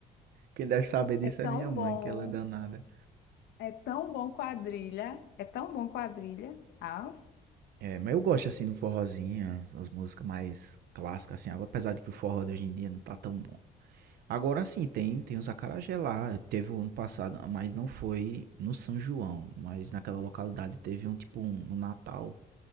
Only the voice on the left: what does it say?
É tão
bom.
É tão bom quadrilha. É tão bom quadrilha. Ah,